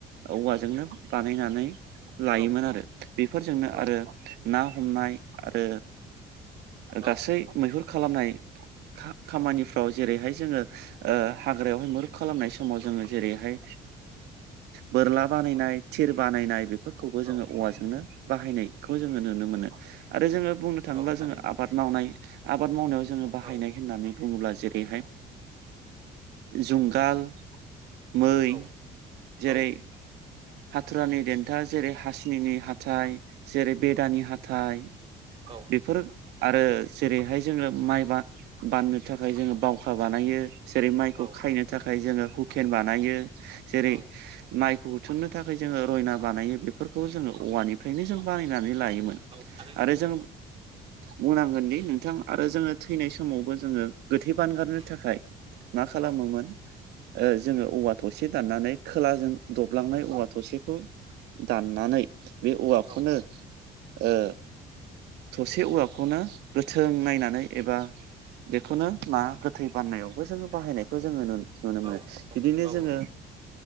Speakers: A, on the right; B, on the right.
A: औवाजोंनो बानायनानै लायोमोन
B: औ
A: आरो बेफोरजोंनो
B: औ
A: आरो ना हमनाय आरो
B: औ
A: गासै मैहुर खालामनाय खामानिफ्राव जेरैहाय जोङो ओ हाग्रायावहाय मैहुर खालामनाय समाव जोङो जेरैहाय बोरला बानायनाय थिर बानायनाय बेफोर खौबो
B: औ
A: जोङो औवाजोंनो बाहायनायखौ जोङो नुनो मोनो आरो जोङो बुंनो थाङोब्ला
B: औ थारैनो
A: जोङो आबाद मावनाय आबाद मावनायाव जोङो बाहायनाय
B: औ
A: होननानै बुङोब्ला जेरैहाय जुंगाल मै
B: औ
A: जेरै
B: औ
A: हाथुरानि देन्था जेरै हासिनिनि हाथाइ जेरै बेदानि हाथाइ
B: औ
A: बेफोर आरो जेरैहाय जोङो माइ बा बाननो थाखाय जोङो बावखा बानायो जेरै माइखौ
B: औ
A: खायनो थाखाय जोङो हुकेन बानायो जेरै
B: औ
A: माइ थुमनो थाखाय जोङो रयना बानायो बेफोरखौ जोङो औवानिफ्रायनो जों बानायनानै लायोमोन
B: औ थारैनो
A: आरो जों
B: नंगौ नोंथां
A: बुंनांगोनदि
B: थारैनो
A: नोंथां आरो जोङो थैनाय समावबो जोङो गोथै बानगारनो
B: उम
A: थाखाय मा खालामोमोन
B: औ
A: ओ जोङो औवा थसे दाननानै खोलाजों दबलांनाय औवा थसेखौ दाननानै बे औवाखौनो
B: औ
A: ओ थसे औवाखौनो गोथों नायनानै एबा बेखौनो ना गोथै बान्नायावबो जोङो बाहायनायखौ जोङो नुनो मोनो
B: औ
A: बिदिनो
B: औ नंगौ
A: जोङो